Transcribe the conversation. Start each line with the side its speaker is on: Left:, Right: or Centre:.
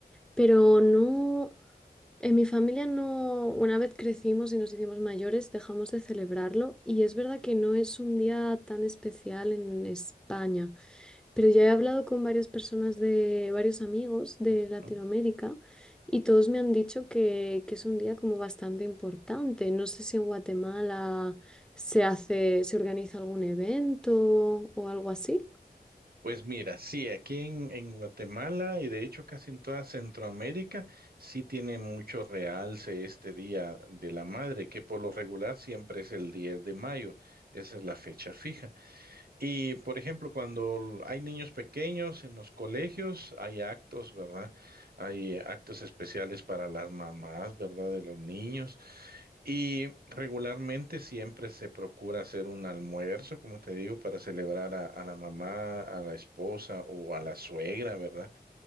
Centre: Pero no, en mi familia no, una vez crecimos y nos hicimos mayores, dejamos de celebrarlo. Y es verdad que no es un día tan especial en España. Pero ya he hablado con varias personas de varios amigos de
Right: ¿no?
Centre: Latinoamérica y todos me han dicho que, que es un día como bastante importante. No sé si en Guatemala se hace, se organiza algún evento o algo así.
Right: Pues mira, sí, aquí en, en Guatemala y de hecho casi en toda Centroamérica, sí tiene mucho realce este Día de la Madre, que por lo regular siempre es el 10 de mayo, esa es la fecha fija. Y, por ejemplo, cuando hay niños pequeños en los colegios, hay actos, ¿verdad? Hay actos especiales para las mamás, ¿verdad? De los niños. Y regularmente siempre se procura hacer un almuerzo, como te digo, para celebrar a, a la mamá, a la esposa o a la suegra, ¿verdad?